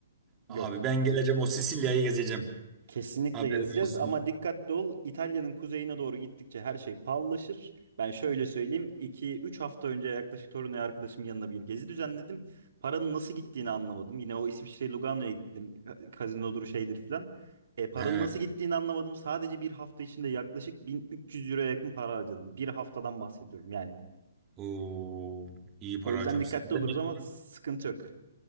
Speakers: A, on the right (about 25°); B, on the right (about 70°).
A: Abi
B: yok.
A: ben geleceğim o Sicilya'yı gezeceğim.
B: Kesinlikle
A: Haberin
B: gezeceğiz
A: olsun.
B: ama dikkatli ol. İtalya'nın kuzeyine doğru gittikçe her şey pallaşır. Ben şöyle söyleyeyim. iki üç hafta önce yaklaşık Torino'ya arkadaşımın yanına bir gezi düzenledim. Paranın nasıl gittiğini anlamadım. Yine o İsviçre Lugano'ya gittim. e, Kazinodur şeydir filan. E, paranın
A: He.
B: nasıl gittiğini anlamadım. Sadece bir hafta içinde yaklaşık 1300 euroya yakın para harcadım. Bir haftadan bahsediyorum yani.
A: Oo, iyi para
B: O yüzden
A: harcamışsın.
B: dikkatli
A: Demek
B: oluruz ama
A: ki-
B: sıkıntı yok.